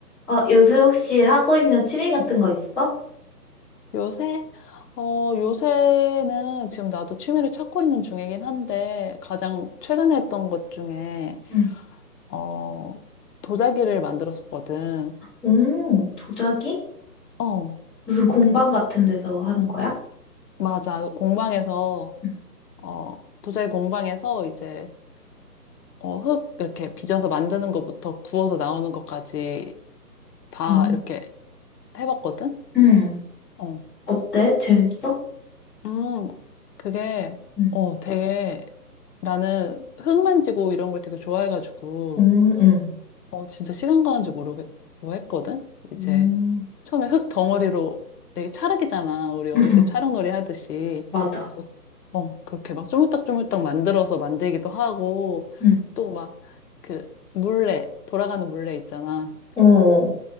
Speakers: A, in the centre; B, on the left (about 70°).
A: 어, 요새 혹시 하고 있는 취미 같은 거 있어?
B: 요새? 어, 요새는 지금 나도 취미를 찾고 있는 중이긴 한데, 가장 최근에 했던 것 중에,
A: 응,
B: 어, 도자기를 만들었었거든.
A: 오, 도자기?
B: 어,
A: 무슨 공방
B: 그,
A: 같은 데서 하는 거야?
B: 맞아. 공방에서,
A: 응,
B: 어, 도자기 공방에서 이제, 어, 흙 이렇게 빚어서 만드는 것부터 구워서 나오는 것까지 다
A: 오.
B: 이렇게 해봤거든?
A: 응.
B: 어,
A: 어때? 재밌어?
B: 음, 그게,
A: 응,
B: 어, 되게, 나는 흙 만지고 이런 걸 되게 좋아해가지고,
A: 응, 응.
B: 어, 진짜 시간 가는 줄 모르고 했거든? 이제
A: 응.
B: 처음에 흙 덩어리로 되게 찰흙이잖아. 우리 어릴
A: 응, 응.
B: 때 찰흙놀이 하듯이.
A: 맞아.
B: 그래서, 어, 그렇게 막 조물딱조물딱 만들어서 만들기도 하고,
A: 응,
B: 또 막 그 물레, 돌아가는 물레 있잖아.
A: 어.